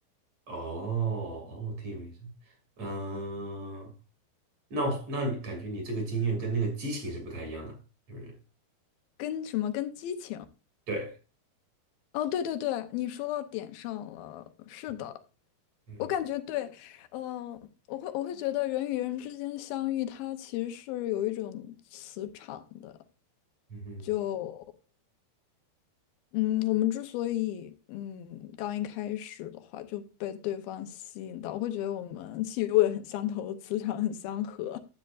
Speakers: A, on the right (about 45°); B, on the left (about 75°).
A: 哦哦，挺有意思。嗯、那我那你感觉你这个经验跟那个激情是不太一样的，是不是？
B: 跟什么跟激情。
A: 对，
B: 哦，对对对，你说到点上了。是的，
A: 嗯嗯
B: 我感觉对，嗯、我会我会觉得人与人之间相遇，它其实是有一种磁场的。
A: 嗯
B: 就嗯，我们之所以嗯刚一开始的话就被对方吸引到，我会觉得我们气味很相投，磁场很相合。